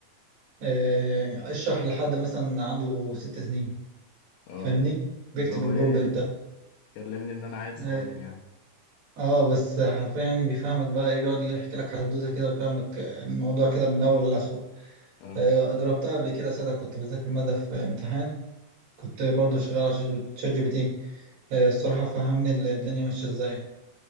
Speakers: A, on the right (about 55°); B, on the left (about 75°).
A: آه، اشرح لحد مثلا عنده ست سنين
B: اه
A: فاهمني بيكتب
B: اللي هو
A: البرومبت
B: ايه
A: ده
B: كلمني ان انا عيل صغير
A: آه،
B: يا عم
A: اه بس حرفيا يعني بيفهمك بقى ايه بيقعد يحكي لك حدوته كده ويفهمك الموضوع كده من الاول لاخره
B: اه
A: آه، جربتها قبل كده ساعتها كنت بذاكر ماده في امتحان كنت برضو شغال على شات جي بي تي آه، الصراحه فهمني الدنيا ماشيه ازاي